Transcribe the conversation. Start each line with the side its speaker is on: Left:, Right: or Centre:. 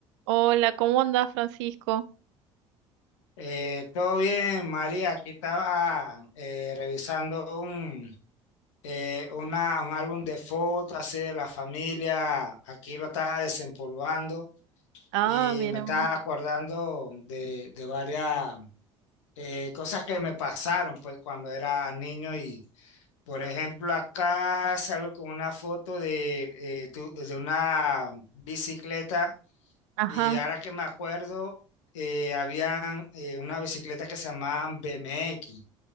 Right: Hola, ¿cómo andas, Francisco?
Left: Eh, todo bien, María. Aquí estaba eh, revisando un, eh, una- un álbum de fotos así de la familia. Aquí lo estaba desempolvando
Right: Ah,
Left: y
Right: mira
Left: me estaba
Right: vos.
Left: acordando de, de varias eh, cosas que me pasaron pues cuando era niño y por ejemplo acá salgo con una foto de, eh, tu- de una bicicleta
Right: Ajá,
Left: y ahora que me acuerdo, eh, habían eh, una bicicleta que se llamaban BMX.